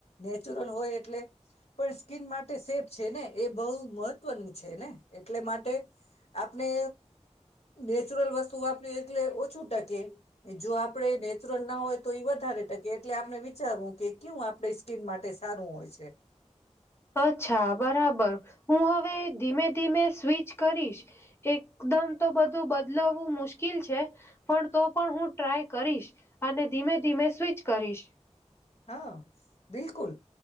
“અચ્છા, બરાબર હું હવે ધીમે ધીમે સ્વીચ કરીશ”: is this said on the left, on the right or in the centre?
Left